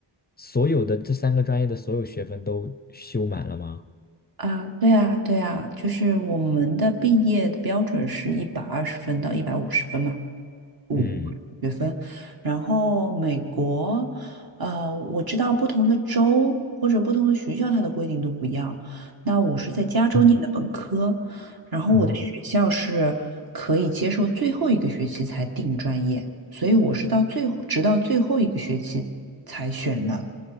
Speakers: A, on the left; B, on the right.
A: 所有的这三个专业的所有学分都修满了吗？
B: 啊，对啊，对啊，就是我们的毕业的标准是一百二十分到一百五十分嘛。五
A: 嗯，
B: 学分，然后美国，呃，我知道不同的州或者不同的学校，它的规定都不一样。那我是在加州念的本科，
A: 哦
B: 然后我的学校是可以接受最后一个学期才定专业，
A: 哦
B: 所以我是到最后，直到最后一个学期才选了